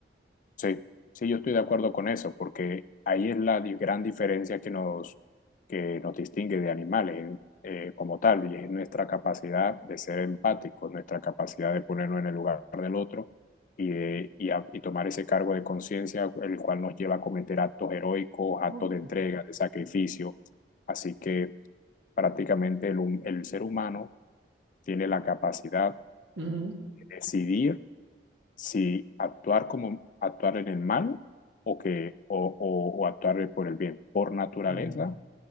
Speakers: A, on the left; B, on the right.
A: sí, sí, yo estoy de acuerdo con eso, porque ahí es la di- gran diferencia que nos, que nos distingue de animales en- eh, como tal, y es nuestra capacidad de ser empáticos, nuestra capacidad de ponernos en el lugar del otro y, de- y, a- y tomar ese cargo de conciencia, el cual nos lleva a cometer actos heroicos, actos
B: Ok,
A: de entrega, de sacrificio. Así que prácticamente el, hum- el ser humano tiene la capacidad
B: Ujú.
A: decidir si actuar como actuar en el mal o, que, o, o, o actuar por el bien. Por naturaleza,
B: Bien.